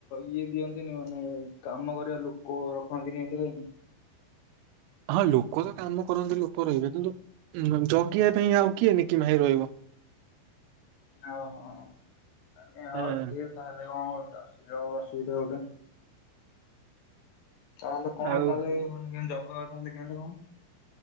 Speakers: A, on the left (about 80°); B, on the right (about 85°).
A: ଇଏ ଦିଅନ୍ତିନି, ମାନେ କାମ କରିବା ଲୋକ ରଖନ୍ତିନି, ଏମିତି ନାଇକି?
B: ହଁ ଲୋକ ତ କାମ କରନ୍ତି ଲୋକ ରହିବେ, କିନ୍ତୁ ଜଗିବା ପାଇଁ ଆଉ କିଏ ନ କି ଭାଇ ରହିବ?
A: ଓହୋ ଆ ହଉ
B: ହଁ
A: ସିଏ ତାହେଲେ କଣ କରଛ ସିଏ ଅସୁବିଧା ଗଟେ ତାହେଲେ କଣ
B: ଆଉ
A: ତାହେଲେ ମାନେ କେ ଜଗ ତାହେଲେ କେମିତି କଣ?